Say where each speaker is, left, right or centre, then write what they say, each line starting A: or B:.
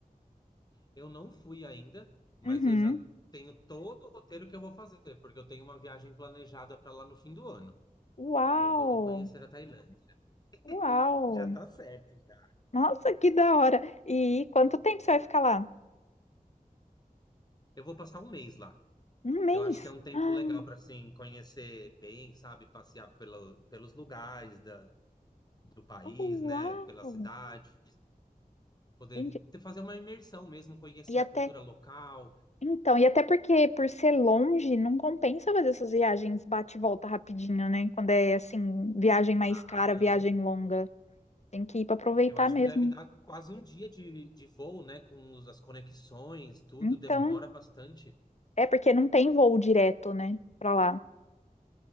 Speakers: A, on the left; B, on the left.
A: Eu não fui ainda, mas
B: Uhum.
A: eu já tenho todo o roteiro que eu vou fazer, porque eu tenho uma viagem planejada para lá no fim do ano.
B: Uau!
A: Eu vou conhecer a Tailândia. <laughs>
B: Uau!
A: Já tá certo, já.
B: Nossa, que da hora! E quanto tempo você vai ficar lá?
A: Eu vou passar um mês lá.
B: Um mês?
A: Eu acho que é um tempo
B: <gasps>
A: legal para assim conhecer bem, sabe, passear pelo, pelos lugares da, do país,
B: Ah, uau!
A: né, pela cidade, poder
B: Gente,
A: ter- fazer uma imersão mesmo, conhecer
B: e até.
A: a cultura local,
B: Então, e até porque por ser longe, não compensa fazer essas viagens bate e volta rapidinho, né? Quando é assim, viagem mais
A: Ah,
B: cara,
A: não.
B: viagem longa. Tem que ir para aproveitar
A: Eu acho
B: mesmo.
A: que deve dar quase um dia de, de voo, né? Com os- as conexões, tudo
B: Então,
A: demora bastante.
B: é porque não tem voo direto, né? para lá.